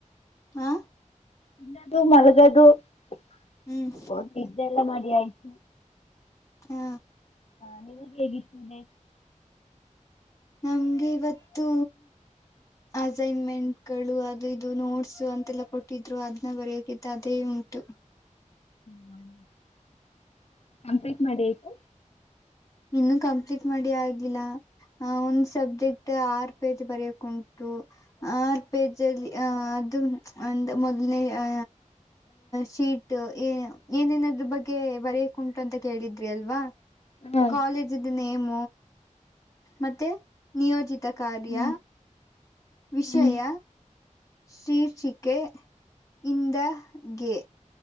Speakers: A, on the left; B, on the left.
A: ಹಾ
B: ಇನ್ನದು ಮಲಗದು <unintelligible>
A: ಹ್ಮ್
B: ಇದ್ದೆಲ್ಲ ಮಾಡಿ ಆಇ <inaudible>
A: ಹಾ
B: ಹಾ ನೀವಗೆ ಹೇಗಿದ್ದೆ
A: ನಮ್ಗೆ ಇವತ್ತು ಅಸೈನ್ಮೆಂಟ್ಗಳು ಅದು ಇದು ನೋಟ್ಸ ಅಂತೆಲ್ಲ ಕೊಟ್ಟಿದ್ರು ಅದನ್ನ ಬರೆಯಕಿದ್ದ ಅದೇ ಉಂಟು
B: ಹ <inaudible> ಕಂಪ್ಲೀಟ್ ಮಾಡಿ ಆಯ್ತು
A: ಇನ್ನುೂ ಕಂಪ್ಲೀಟ್ ಮಾಡಿ ಆಗಿಲ್ಲಾ ಹ ಒಂದ್ ಸಬ್ಜೆಕ್ಟ್ ಆರ್ ಪೇಜ ಬರೆಯಕಉಂಟು ಆರ್ ಪೇಜಲ್ಲಿ ಅ ಅದು ಅಂದ ಮೊದಲನೇ ಅ ಶೀಟ್ ಏ ಏನೇನದ್ರ ಬಗ್ಗೆ ಬರ ಉಂಟು ಅಂತ ಕೇಳಿದ್ರಿ ಅಲ್ವಾ
B: ಹ್ಮ್
A: ಕಾಲೇಜ್ದ ನೇಮ್ ಮತ್ತೆ ನಿಯೋಜಿತ್ ತ ಕಾರ್ಯ
B: ಹ್ಮ್
A: ವಿಷಯ
B: ಹ್ಮ್
A: ಶೀರ್ಚಿಿಕೆ ಇಂದ ಗೆ